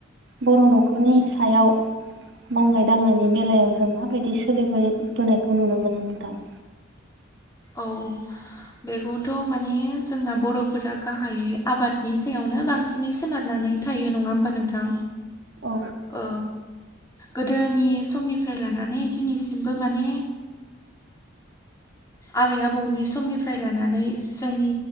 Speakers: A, on the right; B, on the left.
A: बर' न'खरनि सायाव मावनाय- दांनायनि बेलायाव जों माबायदि सोलिबोबोनायखौ नुनो मोनो नोंथां? <inaudible>
B: औ बेखौथ' माने जोंना बर'फोरा गाहायै आबादनि सायावनो बांसिनै सोनारनानै थायो नङा होमबा नोंथां?
A: औ
B: ओ गोदोनि समनिफ्राय लानानै दिनैसिमबो माने आबै -आबौनि समनिफ्राय लानानै जोंनि